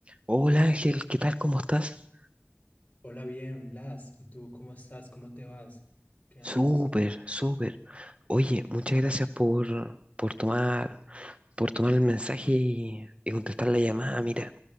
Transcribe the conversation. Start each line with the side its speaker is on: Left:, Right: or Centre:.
Right: Hola Ángel, ¿qué tal? ¿Cómo estás?
Left: Hola, bien, Blas. ¿Y tú cómo estás? ¿Cómo te vas? ¿Qué andas?
Right: Súper, súper. Oye, muchas gracias por, por tomar, por tomar el mensaje y, y contestar la llamada. Mira,